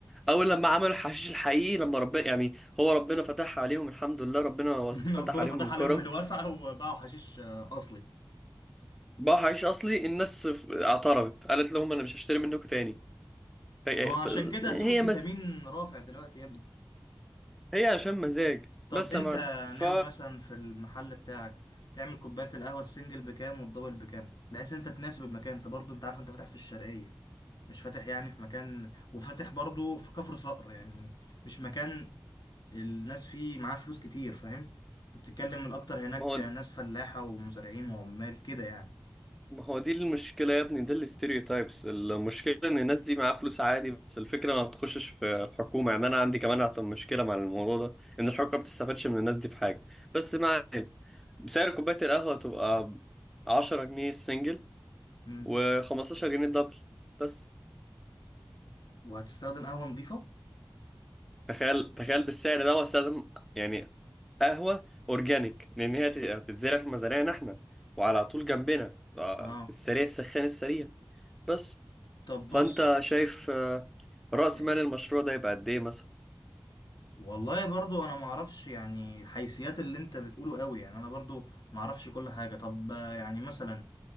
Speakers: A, in the centre; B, on the left (about 60°).
A: اول لما عملوا الحشيش الحقيقي لما ربنا يعني هو ربنا فتح عليهم الحمد لله ربنا وس-
B: <laughs>
A: فتح
B: ربنا
A: عليهم
B: فتح
A: من
B: عليهم
A: كرم
B: من الواسعة وباعوا حشيش آه، أصلي
A: باعوا حشيش اصلي الناس ف- اعترضت قالت لهم انا مش هشتري منكم تاني هي
B: ما هو عشان كده
A: هي
B: سوق الكتامين
A: مز...
B: رافع دلوقتي يا ابني
A: هي عشان مزاج
B: طب
A: بس
B: أنت
A: يا معلم ف
B: ناوي مثلا في المحل بتاعك تعمل كوبايات القهوة السنجل بكام والدبل بكام بحيث إن أنت تناسب المكان أنت برضه أنت عارف أنت فاتح في الشرقية مش فاتح يعني في مكان وفاتح برضه في كفر صقر يعني مش مكان الناس فيه معاه فلوس كتير فاهم أنت بتتكلم الأكتر هناك
A: ما هو
B: ناس فلاحة ومزارعين وعمال كده يعني
A: ما هو دي المشكلة يا ابني دي تايبس المشكلة ان الناس دي معاها فلوس عادي بس الفكرة ما بتخشش في الحكومة يعني انا عندي كمان أعتقد مشكلة مع الموضوع ده ان الحكومة ما بتستفادش من الناس دي بحاجة بس مع سعر كوباية القهوة تبقى 10 جنيه السنجل
B: مم.
A: و15 جنيه الدبل بس
B: وهتستخدم قهوة نظيفة
A: تخيل تخيل بالسعر ده واستخدم يعني قهوة اورجانيك لان هي هت- هتتزرع في مزارعنا احنا وعلى طول جنبنا آه،
B: اه
A: في السريع السخان السريع بس
B: طب بص
A: فانت شايف آه، رأس
B: إيه.
A: مال المشروع ده يبقى قد ايه مثلا
B: والله برضو انا ما اعرفش يعني الحيثيات اللي انت بتقوله قوي يعني انا برضو ما اعرفش كل حاجة طب آه، يعني مثلا